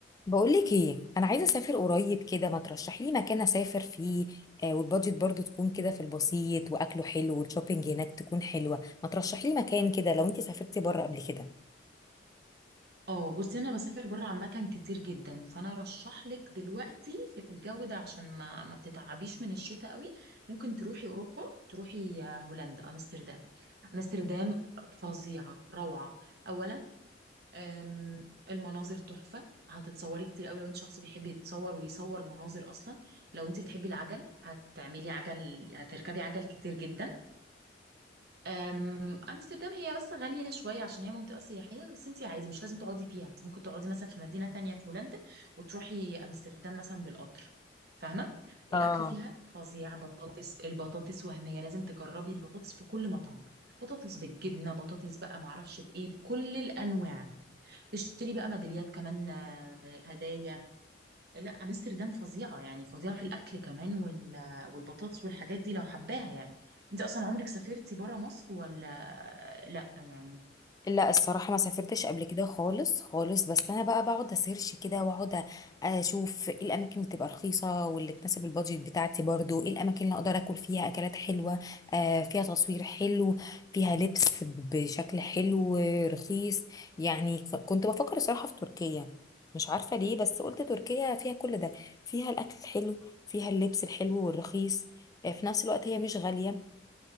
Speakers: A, on the left; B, on the right.
A: بقولك ايه انا عايزه اسافر قريب كده ما ترشحي لي مكان اسافر فيه آه والبادجت برضو تكون كده في البسيط واكله حلو والشوبينج هناك تكون حلوه ما ترشحي لي مكان كده لو انت سافرتي بره قبل كده
B: اه بصي انا بسافر بره عامه كتير جدا فانا ارشح لك دلوقتي في الجو ده عشان ما ما تتعبيش من الشتاء قوي ممكن تروحي اوروبا تروحي آه، هولندا امستردام امستردام فظيعه روعه اولا آم، المناظر تحفه هتتصوري كتير قوي لو انت شخص بيحب يتصور ويصور مناظر اصلا لو انت بتحبي العجل هتعملي عجل هتركبي عجل كتير جدا أم، امستردام هي بس غالية شوية عشان هي منطقة سياحية بس انت عادي مش لازم تقعدي فيها انت ممكن تقعدي مثلا في مدينة تانية في هولندا وتروحي امستردام مثلا بالقطر فاهمة
A: اه
B: الاكل فيها فظيع بطاطس البطاطس وهمية لازم تجربي البطاطس في كل مطعم بطاطس بالجبنة بطاطس بقى معرفش بايه بكل الانواع تشتري بقى ميداليات كمان آه، هدايا لا امستردام فظيعه يعني فظيعه في الاكل كمان وال... والبطاطس والحاجات دي لو حباها يعني انت اصلا عمرك سافرتي بره مصر ولا لا يعني
A: لا الصراحة ما سافرتش قبل كده خالص خالص بس أنا بقى بقعد أسيرش كده وأقعد أشوف إيه الأماكن اللي تبقى رخيصة واللي تناسب البادجت بتاعتي برضو إيه الأماكن اللي أقدر أكل فيها أكلات حلوة آه فيها تصوير حلو فيها لبس بشكل حلو رخيص يعني ف- كنت بفكر الصراحة في تركيا مش عارفة ليه بس قلت تركيا فيها كل ده فيها الأكل الحلو فيها اللبس الحلو والرخيص آه، في نفس الوقت هي مش غالية